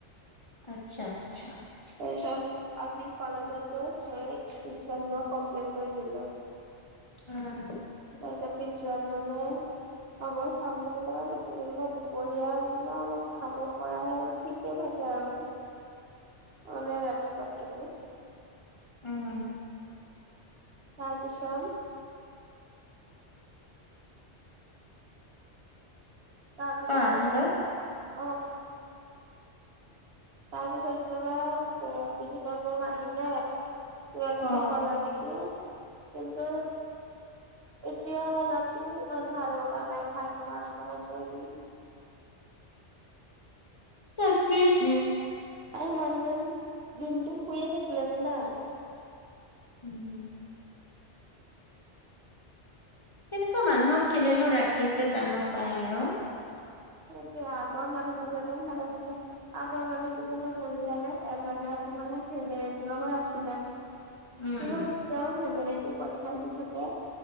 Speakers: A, on the left (about 30°); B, on the right (about 60°).
A: আচ্ছা-আচ্ছা'।
B: তাৰপাচত আমি কলেজত গৈ সেই প্ৰিন্সিপাল মে'মক কমপ্লেইন কৰি দিলোঁ।
A: অঁ।
B: তাৰপাছত প্ৰিন্সিপাল মে'মে হ'ব চাম বুলি ক'লে তাৰ পিছত যেনিবা দুপৰীয়া যেনিবা অলপ খাব পৰাই আৰু ঠিকে থাকে আৰু।
A: <unintelligible>
B: মানে ৰাতিপুৱাকেইটো-
A: উম।
B: তাৰ পিছত তাৰপিছত
A: কোৱা
B: যেনিবা,
A: হেল্ল'
B: অঁ তাৰ পিছত যেনিবা তিনিখন মান আহিলে। কিবা কিবি
A: অ'।
B: কলা নেকি? কিন্তু, এতিয়া ৰাতিও ইমান ভাল লগা নাই খাই মাছ বনাইছেদি।
A: তাকে হে
B: আৰু মানুহজন দিনটো শুয়ে থাকিলে জানা?
A: উম। তেনেকুৱা মানুহক কেলেনো ৰাখিছে জানো পাই আৰু।
B: তেতিয়া আগৰ মানুহ জন ভাল আছিলে। আগৰ মানে জীৱনৰ উলিয়ালে এজন আকৌ মানে ফেমেলীলগৰ আছিলে।
A: উম,
B: কিন্তু তেওঁ ফেমিলিতো পইচাও দি থাকে।